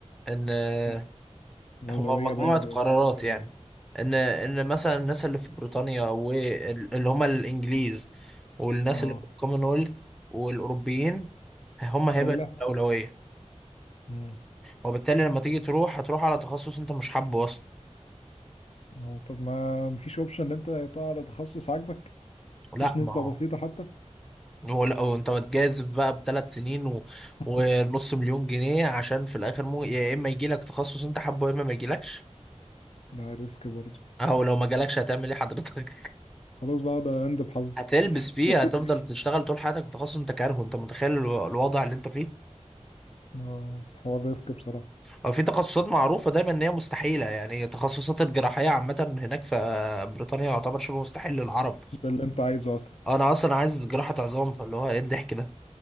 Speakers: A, in the centre; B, on the left.
A: ان آه،
B: مم. الأولوية
A: هو مجموعه
B: باين اللي
A: قرارات
B: قلت لي ولا-
A: يعني ان ان مثلا الناس اللي في بريطانيا واللي هم الانجليز والناس
B: اه
A: اللي في الكومنولث والاوروبيين هم هيبقى
B: أو لا
A: الاولويه
B: مم.
A: وبالتالي لما تيجي تروح هتروح على تخصص انت مش حابه اصلا
B: اه طب ما مفيش اوبشن ان انت تقع على تخصص عاجبك
A: لا
B: مفيش نسبة
A: ما هو
B: بسيطة حتى
A: هو لا هو انت بتجازف بقى بثلاث سنين و...
B: <laughs>
A: ونص مليون جنيه عشان في الاخر مو... يا اما يجي لك تخصص انت حابه يا اما ما يجيلكش
B: ده ريسك برضه
A: او لو ما جالكش هتعمل ايه حضرتك
B: خلاص بقى ده اند
A: <laughs>
B: بحظي
A: هتلبس فيه
B: <laughs>
A: هتفضل تشتغل طول حياتك في تخصص انت كارهه انت متخيل الو- الوضع اللي انت فيه
B: اه حوار ريسك بصراحة
A: او في تخصصات معروفه دايما ان هي مستحيله يعني تخصصات الجراحيه عامه هناك في بريطانيا يعتبر شبه مستحيل للعرب
B: ده اللي انت عايزه أصلا
A: انا اصلا عايز جراحه عظام فاللي هو ايه الضحك ده